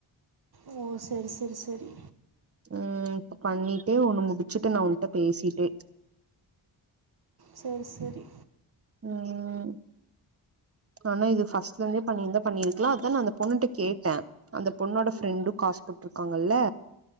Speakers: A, on the right; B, on the right.
A: ஓ செரி செரி செரி
B: ம் இப்ப பண்ணிட்டே ஒண்ணு முடிச்சுட்டு நா உன்ட்ட பேசிட்டே
A: செரி செரி
B: ம் ஆனா இது பர்ஸ்ட்ல இருந்தே பண்ணியிருந்தா பண்ணிருக்கலா அத நா அந்த பொண்ணுட்ட கேட்டே அந்த பொண்ணோட ஃப்ரெண்டும் காஸ் போட்டுருக்காங்கல்ல